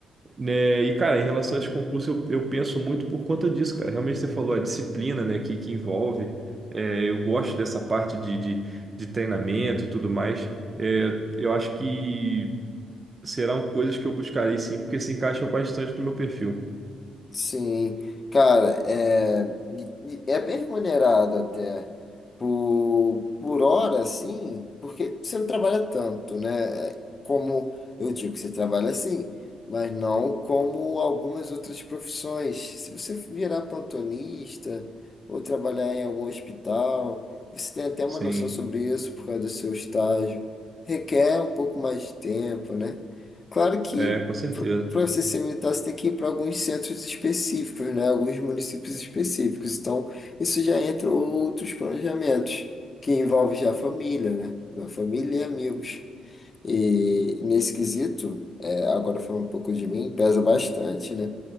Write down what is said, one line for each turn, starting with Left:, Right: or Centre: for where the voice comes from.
Right: né? E, cara, em relação a esse concurso, eu, eu penso muito por conta disso, cara. Realmente você falou a disciplina, né, que, que envolve. É, eu gosto dessa parte de, de, de treinamento e tudo mais. É, eu eu acho que serão coisas que eu buscarei sim, porque se encaixam bastante no meu perfil.
Left: Sim, cara, é, e- e é bem remunerado até por, por hora, sim, porque você não trabalha tanto, né? É, Como eu digo que você trabalha assim, mas não como algumas outras profissões. Se você virar plantonista ou trabalhar em algum hospital, você tem até uma
Right: Sim,
Left: noção sobre isso por causa do seu estágio. Requer um pouco mais de tempo, né? Claro que
Right: é, com certeza.
Left: para você ser militar, você tem que ir para alguns centros específicos, né? Alguns municípios específicos. Então, isso já entra outros planejamentos, que envolve já a família, né? A família e amigos. E nesse quesito, é, agora falando um pouco de mim, pesa bastante, né?